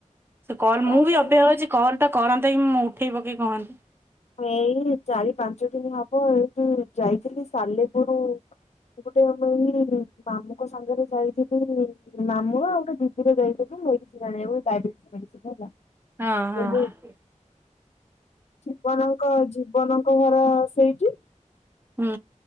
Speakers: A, on the right; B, on the left.
A: ସେ କଲ
B: ଲାଗୁଛି।
A: ମୁଁ ବି ଅପେକ୍ଷା କରିଛି କଲ୍ ଟା କରନ୍ତା କି, ମୁଁ ଉଠେଇ ପକେଇ କହନ୍ତି।
B: ମୁଁ ଏଇ ଚାରି ପାଞ୍ଚ ଦିନି ହବ ଏଇଠୁ ଯାଇଥିଲି। ସାଲେପୁୁରୁ ମୁଁ ଗୋଟେ ଆମ ଏଇ ମାମୁଙ୍କ ସାଙ୍ଗେରେ ଯାଇଥିଲି ମାମୁଁ ଆଉ ଗୋଟେ ଦିଦି ରେ ଯାଇଥିଲୁ। ମେଡିସିନି ଆଣିବାକୁ ଡାଇବେଟିସ୍ ମେଡିସିନ୍ ହେଲା।
A: ହଁ ହଁ।
B: ଯୋଉ ଆପଣଙ୍କ ଜୀବନଙ୍କ ଘର ସେଇଠି?
A: ହୁଁ।